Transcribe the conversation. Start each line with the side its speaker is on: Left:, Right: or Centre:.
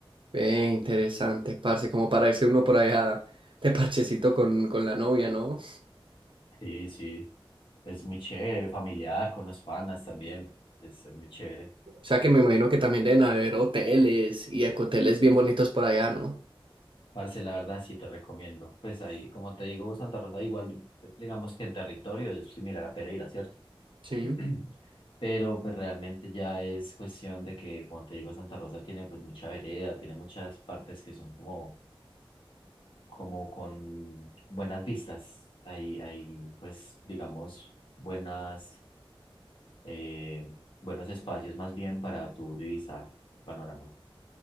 Right: Ve, interesante, parce, como para irse uno por allá de parchecito con, con la novia, ¿no?
Left: Sí, sí. Es muy chévere, familiar, con los panas también. Es, es muy chévere.
Right: O sea que me imagino que también deben haber hoteles y ecoteles bien bonitos por allá, ¿no?
Left: Parce, la verdad, sí te recomiendo. Pues ahí, como te digo, Santa Rosa, igual, eh, digamos que en territorio es similar a Pereira, ¿cierto?
Right: Sí.
Left: <clears throat> Pero pues realmente ya es cuestión de que, como te digo, Santa Rosa tiene pues mucha vereda, tiene muchas partes que son como, como con buenas vistas. Hay, hay pues, digamos, buenas, eh, buenos espacios más bien para tu divisar el panorama.